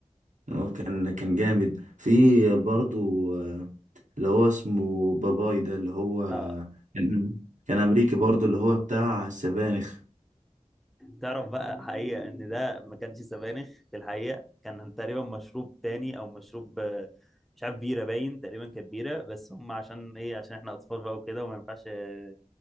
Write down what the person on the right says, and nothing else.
اه كان كان جامد في برضو آه، اللي هو اسمه باباي ده اللي هو
كان كان امريكي برضو اللي هو بتاع السبانخ